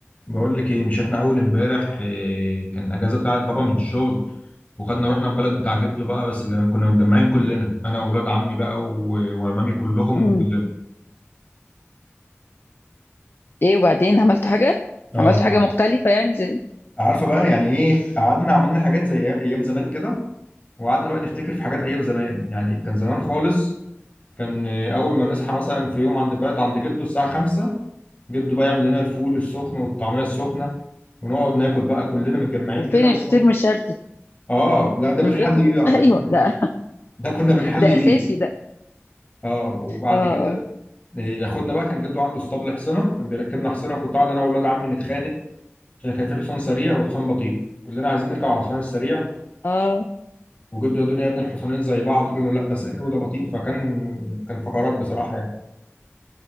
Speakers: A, on the left; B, on the left.
A: بقول لك ايه مش احنا اول امبارح إيه كان اجازه بتاعت بابا من الشغل وخدنا رحنا البلد بتاع جده بقى بس جا- كنا متجمعين كلنا انا واولاد عمي بقى و- وعمامي كلهم
B: مم.
A: وكلنا
B: ايه وبعدين عملتوا حاجه
A: اه
B: عملتوا حاجه مختلفه يعني زي
A: عارفه بقى يعني ايه قعدنا عملنا حاجات زي أي- ايام زمان كده وقعدنا بقى نفتكر في حاجات ايام زمان يعني كان زمان خالص كان إيه، اول ما نصحى مثلا في يوم عند البلد عند جده الساعه 5 جده بقى يعمل لنا الفول السخن والطعميه السخنه ونقعد ناكل بقى كلنا متجمعين
B: وفين
A: كده ونقعد-
B: الفطير مشلتت
A: اه لا ده بنحل
B: من غير فطير
A: بيه بقى
B: <laughs>
A: ده
B: ايوه
A: كنا
B: ده
A: ده كنا بنحلي
B: ده
A: بيه
B: اساسي ده
A: اه وبعد
B: اه اه
A: آه. كده ياخدنا بقى كان جده عنده اسطبل حصنه كان بيركبنا حصنه وكنت قاعد انا واولاد عمي نتخانق عشان كان في حصان سريع وحصان بطيء كلنا عايزين نركب على الحصان السريع
B: اه
A: وجده يا الدنيا يا ابن الحصانين زي بعض يقول له لا ده سريع وده بطيء فكان كان فقرات بصراحه يعني